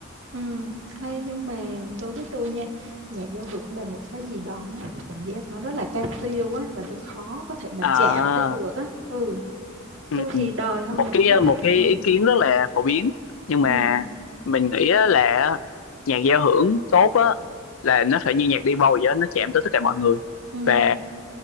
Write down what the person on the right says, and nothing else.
ừ. Ê, nhưng mà đối với tôi nha, nhạc giao hưởng là một cái gì đó, tôi cảm giác nó rất là cao siêu á và tôi khó có thể mà
chạm tới được á. Ừ.
tôi
thì đời hơn
một
chút
ừ.
ừ
ừ